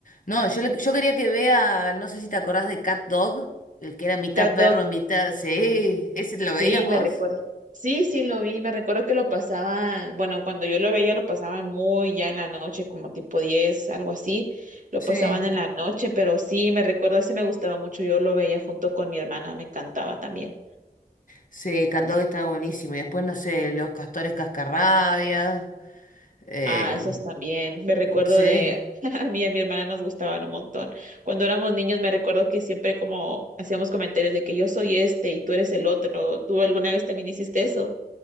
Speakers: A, on the left; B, on the right.
A: no, yo, le- yo quería que vea, no sé si te acordás de Cat Dog, el que era mitad
B: CatDog
A: perro, mitad... Sí, ¿ese te lo
B: Sí,
A: veías vos?
B: me recuerdo. Sí, sí, lo vi. Me recuerdo que lo pasaban, bueno, cuando yo lo veía lo pasaban muy ya en la noche, como tipo 10, algo así. Lo
A: Sí.
B: pasaban en la noche, pero sí, me recuerdo, ese me gustaba mucho. Yo lo veía junto con mi hermana, me encantaba también.
A: Sí, Cat Dog estaba buenísimo. Y después, no sé, los castores cascarrabias. eh,
B: Ah, esos también. Me recuerdo
A: sí.
B: de, <laughs> a mí y a mi hermana nos gustaban un montón. Cuando éramos niños me recuerdo que siempre como hacíamos comentarios de que yo soy este y tú eres el otro. ¿Tú alguna vez también hiciste eso?